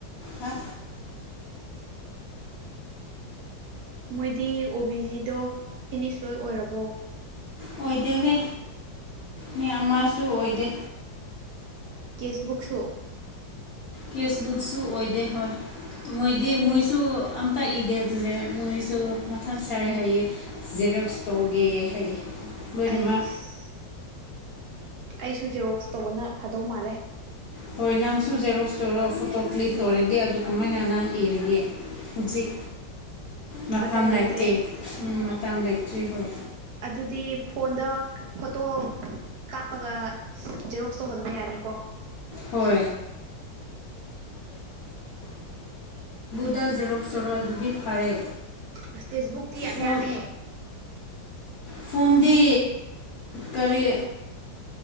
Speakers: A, on the left; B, on the right.
A: ꯍꯥ
B: ꯃꯣꯏꯗꯤ ꯑꯣ ꯕꯤ ꯖꯤꯗꯣ ꯐꯤꯅꯤꯁ ꯂꯣꯏ ꯑꯣꯏꯔꯕꯣ
A: ꯑꯣꯏꯗꯦꯍꯦ ꯃ ꯑꯃꯁꯨ ꯑꯣꯏꯗꯦ
B: ꯀꯦꯁꯕꯨꯛ ꯁꯣ
A: ꯀꯦꯁꯕꯨꯛꯁꯨꯨ ꯑꯣꯏꯏꯗꯦ ꯍꯣꯏ ꯃꯣꯏꯗꯤ ꯃꯣꯏꯁꯨ ꯑꯝꯇ ꯏꯗꯦ ꯑꯗꯨꯅꯦ ꯃꯣꯏꯁꯨ ꯃꯊꯪ ꯁꯥꯔꯦ ꯍꯥꯏꯩꯌꯦ ꯔꯁꯇꯣꯒꯦ ꯍꯥꯏꯩ ꯣꯏꯅꯃ
B: ꯑꯩꯁ ꯑꯩꯁꯨ ꯖꯦꯔꯣꯛꯁ ꯇꯧꯕꯅ ꯐꯥꯗꯧ ꯃꯥꯜꯂꯦ
A: ꯍꯣꯏ ꯅꯪꯁꯨ ꯖꯦꯔꯣꯛꯁꯇꯣꯔꯔ ꯐꯣꯇꯣ ꯀ꯭ꯂꯤꯛ ꯇꯧꯔꯗꯤꯦ ꯑꯗꯨ ꯀꯃꯥꯏꯅ ꯅꯪ ꯏꯔꯒꯦ ꯍꯧꯖꯤꯛ ꯃꯐꯝ
B: ꯃꯇꯝ ꯂꯩꯇ꯭ꯔꯦ
A: ꯂꯩꯇꯦ ꯃꯇꯝ ꯂꯩꯇ꯭ꯔꯤ ꯍꯣꯏ
B: ꯑꯗꯨꯗꯤ ꯐꯣꯟꯗ ꯐꯣꯇꯣ ꯀꯥꯞꯄꯒ ꯖꯦꯔꯣꯛꯁ ꯇꯧꯍꯟꯕ ꯌꯥꯅꯤꯀꯣ
A: ꯍ ꯗ ꯖꯦꯔꯣꯛ ꯁꯔꯣꯛ ꯑꯗꯨꯗꯤ ꯐꯔꯦ
B: ꯑꯁ ꯇꯦꯛꯁꯕꯨꯛꯇꯤ ꯌꯥꯝ
A: ꯐꯣꯟ
B: ꯌꯥꯝꯃꯦ
A: ꯐꯣꯟꯗꯤ ꯀꯔꯤ